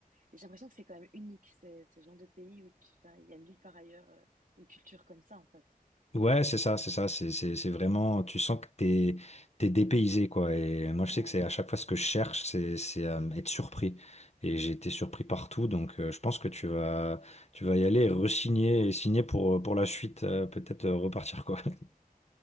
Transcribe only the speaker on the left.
Ouais, c'est ça, c'est ça, c'est c'est- c'est vraiment, tu sens que t'es t'es dépaysé quoi. Et moi, je
sais que c'est à chaque fois ce que je cherche, c'est c'est euh, être surpris. Et j'ai été surpris partout, donc euh, je pense que tu vas tu vas y aller, et re-signer et signer pour pour la suite, euh, peut-être euh, repartir quoi. <laughs>